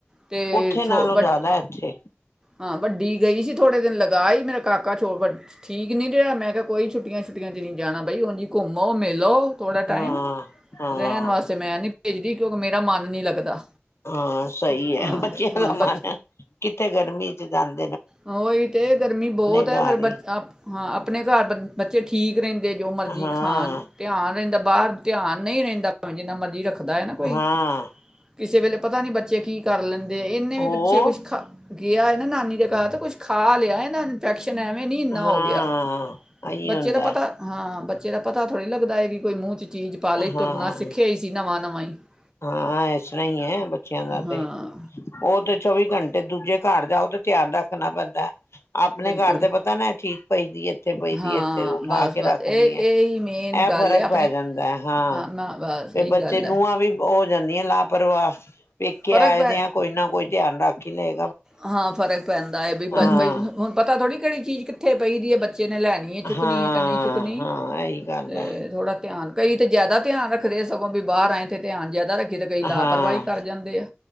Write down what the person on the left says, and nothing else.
ਉਓਥੇ ਨਾਲੋਂ
ਜ਼ਿਆਦਾ ਇੱਥੇ
ਹਾਂ
ਹਾਂ
ਹਾਂ ਸਹੀ ਹੈ
ਬੱਚਿਆਂ
ਦਾ
ਮਨ ਕਿੱਥੇ ਗਰਮੀ ਗਾਂ <inaudible>
ਘਰ
ਹੀ
ਹਾਂ
ਹਾਂ
ਉਹ
ਹਾਂ
ਇਹੀ
ਹੁੰਦਾ
ਹਾਂ
ਹਾਂ ਇਸ ਤਰ੍ਹਾਂ ਹੀ ਹੈ ਬੱਚਿਆਂ ਦਾ
ਤੇ ਉਹ ਤੇ ਚੌਵੀ ਘੰਟੇ ਦੂਜੇ ਘਰ ਜਾਓ ਧਿਆਨ ਰੱਖਣਾ ਪੈਂਦਾ ਆਪਣੇ
ਘਰ ਤੇ ਪਤਾ ਨਾ ਇਹ ਚੀਜ਼ ਪਈ ਦੀ ਇੱਥੇ ਪਈ ਦੀ
ਇੱਥੇ ਉਠਾ
ਕੇ
ਰੱਖਣੀ
ਹੈ
ਇਹ ਫ਼ਰਕ
ਪੈ ਜਾਂਦਾ ਹੈ ਹਾਂ
ਤੇ
ਬੱਚੇ
ਨੂੰਹਾਂ
ਵੀ ਜਾਂਦੀਆਂ ਲਾਪਰਵਾਹ ਪੇਕੇ
ਆਏਦੇ
ਆ ਕੋਈ ਨਾ ਕੋਈ ਧਿਆਨ ਰੱਖ ਕਿਲੇ
ਹਾਂ
ਹਾਂ
ਹਾਂ ਇਹੀ ਗੱਲ
ਹੈ
ਹਾਂ